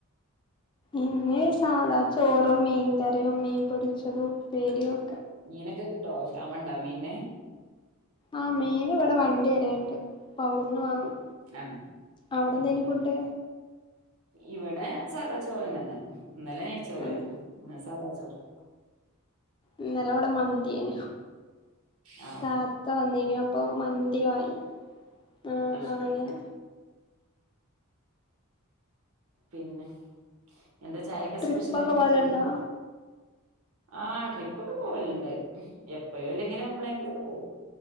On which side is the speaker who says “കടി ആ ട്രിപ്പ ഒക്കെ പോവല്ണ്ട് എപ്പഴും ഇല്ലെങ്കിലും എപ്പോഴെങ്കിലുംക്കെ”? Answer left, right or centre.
Right